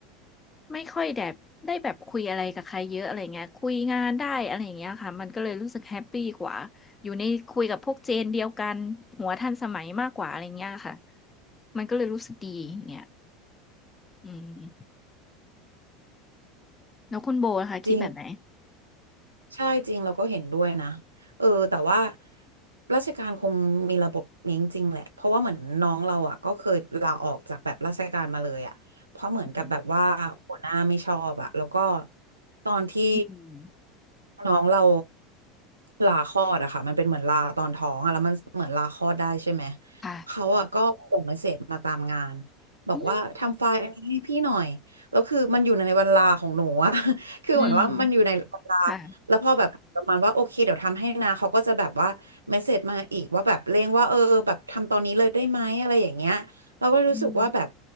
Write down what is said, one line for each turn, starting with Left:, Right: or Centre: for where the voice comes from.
Left: ไม่ค่อยแบบได้แบบคุยอะไรกับใครเยอะอะไรเงี้ยคุยงานได้อะไรเงี้ยค่ะมันก็เลยรู้สึกแฮปปี้กว่าอยู่ในคุยกับพวกเจนเดียวกันหัวทันสมัยมากกว่าอะไรเงี้ยค่ะมันก็เลยรู้สึกดีอย่างเงี้ย อืมแล้วคุณโบนะคะคิดแบบไหน
Right: จริง ใช่จริงเราก็เห็นด้วยนะเออแต่ว่าราชการคงมีระบบนี้จริงๆแหละเพราะว่าเหมือนน้องเราอ่ะก็เคยลาออกจากแบบราชการมาเลยอ่ะเพราะเหมือนกับแบบว่าหัวหน้าไม่ชอบอ่ะแล้วก็
Left: อืม
Right: ตอนที่
Left: อืม
Right: น้องเราลาคลอดอะค่ะมันเป็นเหมือนลาตอนท้องอะแล้วมันเหมือนลาคลอดได้ใช่ไหม
Left: ค่ะ
Right: เขาอ่ะก็ส่งเมสเสจมาตามงานบอกว่าทำไฟล์อันนี้ให้พี่หน่อยแล้วคือมันอยู่ในเวลาของหนูอะ
Left: อืม
Right: <laughs> คือเหมือนว่ามันอยู่ในเวลา
Left: อืมค่ะ
Right: แล้วพอแบบประมาณว่าโอเคเดี๋ยวทำให้นะเขาก็จะแบบว่าเมสเสจมาอีกว่าแบบเร่งว่าเออแบบทำตอนนี้เลยได้ไหมอะไรอย่างเงี้ยเราก็รู้สึกว่าแบบ
Left: อืม